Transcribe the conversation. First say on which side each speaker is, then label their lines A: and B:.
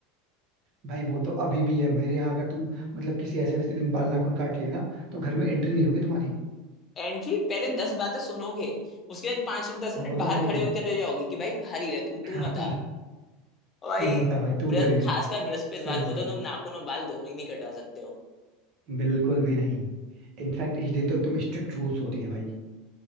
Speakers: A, on the right (about 55°); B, on the left (about 30°).
A: भाई वो तो अभी भी है मेरे यहाँ अगर तुम मतलब किसी ऐसे वैसे दिन बाल नाखून काट लिए ना तो घर में एंट्री नहीं होगी तुम्हारी
B: एंड की पहले दस बातें सुनोगे उसके बाद पांच दस मिनट
A: हाँ वो
B: बाहर
A: तो है ही
B: खड़े होकर रह जाओगे कि भाई बाहर ही रह तू
A: हाँ,
B: तू मत आ और भाई
A: तू मत आ भाई तू
B: बृह-
A: उधर ही
B: खासकर
A: रह
B: बृहस्पतिवार
A: सही
B: को
A: चीज
B: तो
A: है
B: तुम नाखून और बाल दोनों ही नहीं कटवा सकते हो
A: बिल्कुल भी नहीं इनफैक्ट इस दिन तो एकदम स्ट्रिक्ट रूल्स होती है भाई